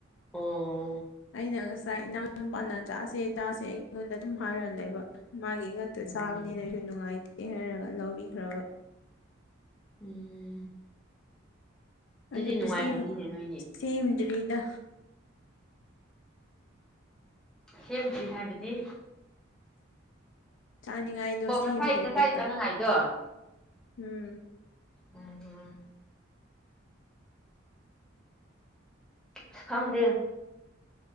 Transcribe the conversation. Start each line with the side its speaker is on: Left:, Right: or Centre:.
Centre: ꯑꯣꯑꯣ
Left: ꯑꯩꯅ ꯉꯁꯥꯏ ꯏꯅꯥꯎ ꯅꯨꯄꯥꯅ ꯆꯥꯁꯦ ꯆꯥꯁꯦ ꯑꯩꯉꯣꯟꯗ ꯑꯗꯨꯝ ꯍꯥꯏꯔꯂꯩꯕ ꯃꯥꯒꯤ ꯇꯨ
Centre: ꯎꯝ
Left: ꯆꯥꯕꯅꯤꯅ ꯑꯩꯖꯨ ꯅꯨꯡꯉꯥꯏꯇꯦ ꯍꯥꯏꯔꯒ ꯂꯧꯕꯤꯈ꯭ꯔꯕ
Centre: ꯎꯎꯪ
Left: ꯑꯗꯨꯒ
Centre: ꯅꯨꯡꯉꯥꯏꯔꯝꯅꯤꯅꯦ
Left: ꯁꯦꯝ
Centre: ꯅꯣꯏꯅꯦ
Left: ꯁꯦꯝꯗ꯭ꯔꯤꯗ
Centre: ꯁꯦꯝꯗ꯭ꯔꯤ ꯍꯥꯏꯕꯗꯤ
Left: ꯆꯥꯅꯤꯡꯉꯥꯏꯗꯣ
Centre: ꯑꯣ ꯉꯁꯥꯏ
Left: ꯁꯦꯝꯗ꯭ꯔꯤꯕ
Centre: ꯉꯁꯥꯏ ꯆꯠꯅꯉꯥꯏꯗꯣ
Left: ꯎꯝ
Centre: ꯎꯪꯎꯪ ꯑꯁ ꯈꯪꯗꯦ